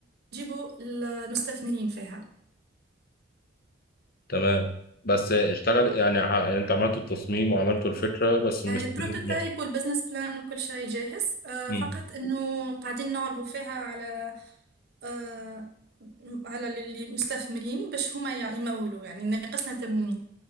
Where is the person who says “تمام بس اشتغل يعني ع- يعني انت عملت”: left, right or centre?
Left